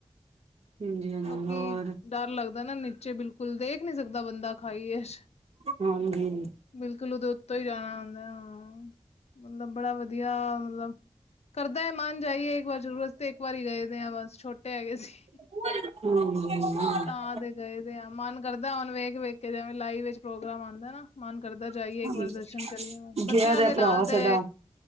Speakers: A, on the right; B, on the left.
A: ਹਾਂਜੀ-ਹਾਂਜੀ,
B: ਕਿਉਂਕਿ
A: ਹੋਰ?
B: ਡਰ ਲੱਗਦਾ ਨਾ ਨੀਚੇ ਬਿਲਕੁਲ ਦੇਖ ਨੀ ਸਕਦਾ ਬੰਦਾ ਖਾਈ ਇਚ
A: ਹਾਂਜੀ
B: ਬਿਲਕੁਲ ਓਦੇ ਉੱਤੋਂ ਈ ਜਾਣਾ ਪੈਂਦਾ ਹਾਂ। ਮਤਲਬ ਬੜਾ ਵਧੀਆ ਮਤਲਬ ਕਰਦਾ ਮਨ ਜਾਈਏ ਇੱਕ ਵਾਰ ਜ਼ਰੂਰ ਅਸੀਂ ਤੇ ਇੱਕ ਵਾਰੀ ਗਏ ਦੇ ਆ ਬਸ ਛੋਟੇ ਹੈਗੇ ਸੀ।
A: <inaudible>
B: ਤਾਂ ਤੇ ਗਏ ਦੇ ਆ ਮਨ ਕਰਦਾ ਹੁਣ ਵੇਖ-ਵੇਖ ਕੇ ਜਿਵੇਂ ਲਾਈਵ ਵਿੱਚ ਪ੍ਰੋਗਰਾਮ ਆਂਦਾ ਨਾ। ਮਨ ਕਰਦਾ ਜਾਈਏ
A: ਹੂੰ
B: ਇੱਕ ਵਾਰ ਦਰਸ਼ਨ ਕਰੀਏ ਬੱਚਿਆਂ
A: ਗਿਆ ਦਾ
B: ਦੇ ਨਾਲ
A: ਭਰਾ
B: ਤੇ
A: ਸਾਡਾ